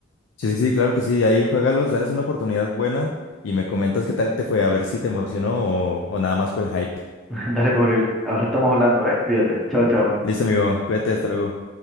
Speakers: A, on the left; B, in the centre.
A: Sí, sí, sí, claro que sí. Ahí juégalos, dales una oportunidad buena y me comentas qué tal te fue, a ver si te emocionó o, o nada más fue el hype.
B: <laughs> Dale, pues, Uriel. Ahora estamos hablando, ¿eh? Cuídate. Chao, chao.
A: Listo, amigo, cuídate, hasta luego.